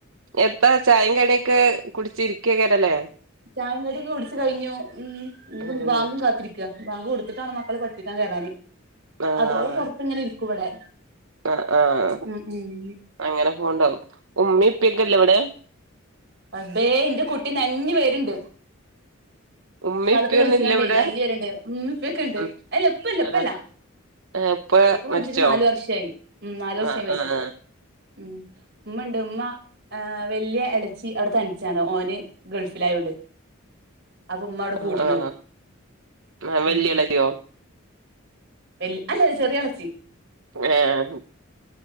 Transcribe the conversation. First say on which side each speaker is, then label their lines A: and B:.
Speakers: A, on the right; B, on the right.
A: എത്താ ചായേ കടിയൊക്കെ കുടിച്ചിരിക്കുക കേരല്ലേ
B: ചായങ്കടൊക്കെ കുടിച്ചു കഴിഞ്ഞു ഉം ഇനിപ്പൊ
A: ഉം
B: ബാങ്കും കാത്തിരിക്കുക ബാങ്ക് കൊടുത്തിട്ടാണ് മക്കള പഠിപ്പിക്കാൻ കയറാന്
A: ആഹ്
B: അതോളം പോറത്ത് ഇങ്ങനെ ഇരിക്കും ഇവിടെ
A: ആഹ് ആഹ്
B: ഉം ഉം
A: അങ്ങനെ പോണ്ടാവും ഉമ്മിപ്പക്കല്ലേ ഇവടെ?
B: റബേ ഇന്റെ കുട്ടി നൻഞ്ഞ് വെരേണ്ട്.
A: ഉമ്മേം
B: വള്ളത്തി
A: ഉപ്പയൊന്നും
B: കളിച്ചികാണ്ടേ
A: ഇല്ല ഇവിടെ
B: നൻഞ്ഞ് വെരെണ്ട് ഉമ്മേപ്പെക്കെണ്ട്
A: ഉം
B: അല്ല ഉപ്പല്ല
A: അതാ
B: പ്പല്ലാ.
A: ഏഹ്
B: ഉപ്പ മരിച്ചിട്ട്
A: മരിച്ചോ
B: നാല് വർഷായി ഉം നാലു വർഷായി
A: ആഹ്
B: മരിച്ചിട്ട്.
A: ആഹ് ആഹ്
B: ഉം ഉമ്മെണ്ട് ഉമ്മ ആഹ് വെല്ല്യ എളെച്ചി അവിടെത്തനിച്ചാണ് ഓന് ഗൾഫിലായോണ്ട്. അപ്പൊ ഉമ്മവടെ കൂട്ടിനു
A: ആഹ് ആഹ് ആഹ് വല്യേളച്ചിയോ
B: ഉം വെൽ അല്ല ചെറിയെളച്ചി.
A: ഏഹ്